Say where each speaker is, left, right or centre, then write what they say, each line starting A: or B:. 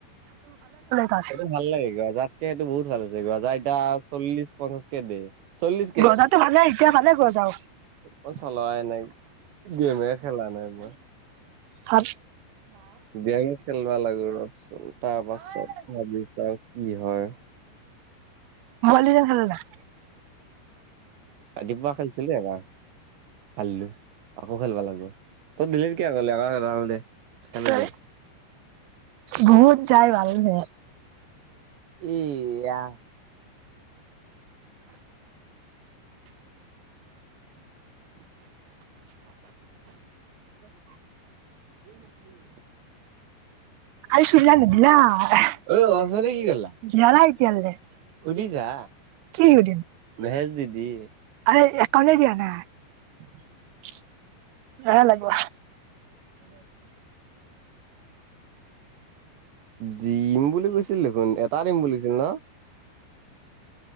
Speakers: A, on the right (about 85°); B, on the right (about 65°).
A: তাৰ
B: সেইটো ভাল লাগে গজাতকে এইটো বহুত ভাল হৈছে গজা এতিয়া চল্লিশ পঞ্চাশ। কে দিয়ে চল্লিশ কে।
A: তাতো ভালে এতিয়া ভালে ঘৰ যাওঁ।
B: মই চলোৱাই নাই গেমে খেলা নাই মই।
A: হাত।
B: গেম খেলবা লাগে ৰচোন তাৰপাছত ভাবি চাও কি হয়?
A: <inaudible>
B: ৰাতিপুৱা খেলিছিলে এবাৰ হাৰলো আকৌ খেলিবা লাগিব। তই দিল্লীৰ কিয় গলি
A: তই বহুত যায ভালেই লাগে।
B: এইয়া। <unintelligible> <unintelligible>
A: <unintelligible> সুধিছা
B: ঐ অথনি
A: কি
B: কি কৰিলা
A: সুধিম
B: সুধি যা
A: আ কালিৰ
B: মেছেজ দি দি
A: দিয়া নাই।
B: <unintelligible>
A: বেয়া লাগিব
B: দিম বুলি কৈছে। ছিল দেখোন এটা দিম বুলি কৈছিল ন'।